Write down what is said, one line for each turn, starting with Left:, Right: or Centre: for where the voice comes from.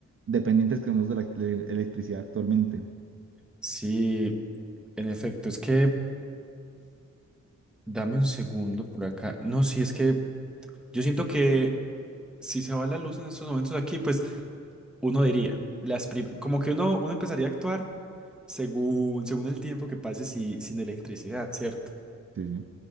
Right: dependientes que somos de la ele- electricidad actualmente.
Centre: Sí, en efecto, es que dame un segundo por acá. No, sí, es que yo siento que si se va la luz en estos momentos aquí, pues uno diría, las prim- como que uno, uno empezaría a actuar según, según el tiempo que pase si- sin electricidad, ¿cierto?
Right: Sí, sí,